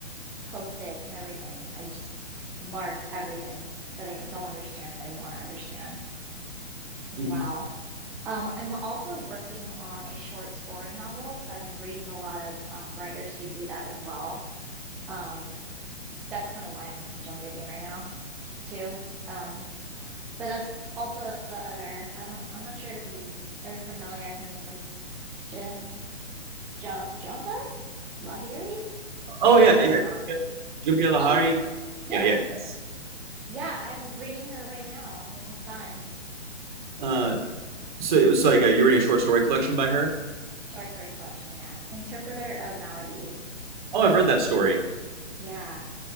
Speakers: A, in the centre; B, on the right.
A: post-its and everything. I just mark everything that I don't understand and I want to understand as
B: Mhm.
A: well. Um, I'm also working on a short story novel, so I've been reading a lot of um, writers who do that as well. Um, that's kind of why I'm into Joan Didion right now too. Um, but that's also the other. I don't. I'm not sure if you are familiar. Her name is J- J- Jumpa Lahiri.
B: Oh
A: I know
B: yeah,
A: I'm saying
B: yeah.
A: it wrong.
B: Jhumpa Lahiri,
A: Oh, you know, yeah,
B: Yeah, yeah. Yes.
A: yeah. I'm reading her right now. I'm almost done.
B: Uh, so it was like uh you're reading a short story collection by her.
A: Short story collection, yeah. Interpreter of Maladies.
B: Oh, I've read that story,
A: Yeah.